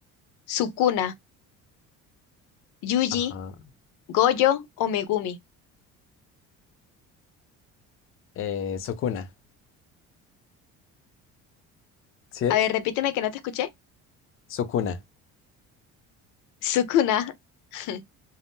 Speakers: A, on the left; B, on the left.
A: Sukuna, Yuji,
B: Ajá.
A: Goyo o Megumi.
B: Eh, Sukuna. ¿Sí es?
A: A ver, repíteme que no te escuché.
B: Sukuna.
A: Sukuna. <laughs>